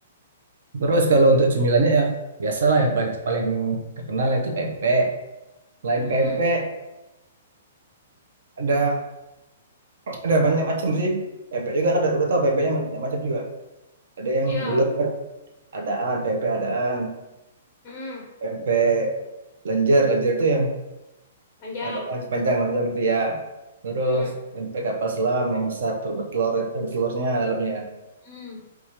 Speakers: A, on the right (about 60°); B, on the left (about 20°).
A: Terus kalau untuk cemilannya ya biasalah yang paling paling terkenal itu pempek. Selain
B: Hmm.
A: pempek ada Ada banyak macam sih. Pempek juga kan udah udah tahu pempeknya banyak macam juga. Ada yang
B: Ya.
A: bulat, adaan, pempek adaan,
B: Hmm.
A: pempek lenjer. Lenjer itu yang
B: Panjang.
A: agak panjang lonjong itu ya. Terus
B: Hmm.
A: pempek kapal selam yang besar ter- bertelur ada telurnya dalamnya.
B: Hmm.